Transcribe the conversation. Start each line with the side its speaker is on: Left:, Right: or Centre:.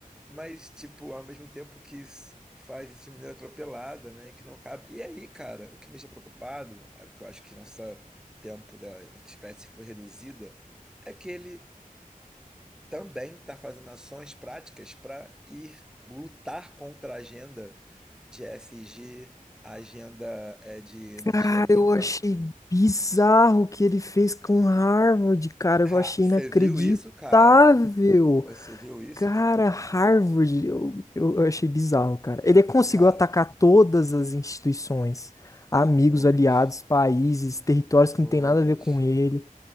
Centre: Mas, tipo, ao mesmo tempo que isso faz isso de maneira atropelada, né, que não cabe. E aí, cara, o que me deixa preocupado, é o que eu acho que nosso tempo da nossa espécie foi reduzida, é que ele também está fazendo ações práticas para ir lutar contra a agenda de ESG, a agenda eh, de energia
Left: Cara,
Centre: limpa.
Left: eu achei bizarro o que ele fez com Harvard, cara.
Centre: Ha,
Left: Eu achei
Centre: você
Left: inacreditável.
Centre: viu isso, cara? Você viu isso,
Left: Cara,
Centre: cara?
Left: Harvard, eu, eu, eu achei bizarro, cara. Ele conseguiu
Centre: Cara,
Left: atacar todas as instituições, amigos,
Centre: todas,
Left: aliados, países, territórios
Centre: todas,
Left: que não tem nada a ver com ele.